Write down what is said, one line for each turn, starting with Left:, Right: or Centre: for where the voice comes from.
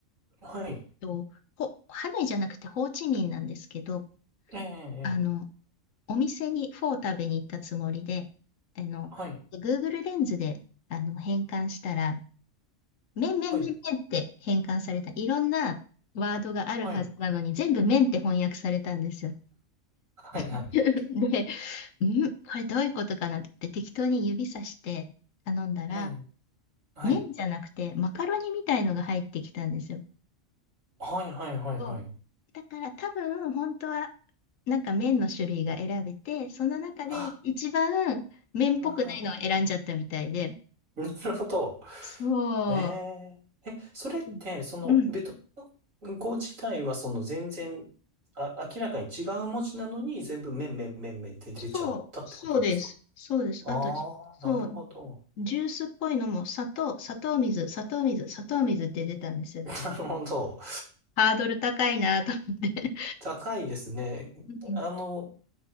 Right: はい。
Left: と、ほ、ハノイじゃなくてホーチミンなんですけど、
Right: ええ、
Left: あの、
Right: ええ
Left: お店にフォー食べに行ったつもりで、あの、
Right: はい。
Left: Google レンズであの変換したら、麺麺麺麺って変換された。
Right: はい。
Left: いろんなワードがあるはずなのに、
Right: はい。
Left: 全部麺って翻訳されたんですよ。
Right: はい。
Left: <laughs>
Right: はい。
Left: で、んこれどういうことかなって適当に指さして頼んだら、
Right: ええ、はい。
Left: 麺じゃなくてマカロニみたいのが入ってきたんですよ。
Right: はい。はい。はい。
Left: そう。
Right: はい。
Left: だから多分本当はなんか麺の種類が選べて、その中で一番麺っぽくないのを選んじゃったみたいで。
Right: あ、あああ <laughs> なるほど。
Left: そ
Right: ええ、え、それって、
Left: う。
Right: その、
Left: うん。
Right: ベトナム語自体は、その、全然、あ、明らかに違う文字なのに、全部、めんめんめんめんって出ちゃったってことですか
Left: そう、そうです。そうです。
Right: ああ、
Left: あとじ、そう、
Right: なるほど。
Left: ジュースっぽいのも砂糖、砂糖水、砂糖水、砂糖水って出たんですよ。
Right: <laughs> なるほど。
Left: ハードル高いなと思って。
Right: 高いですね。
Left: うん
Right: あの、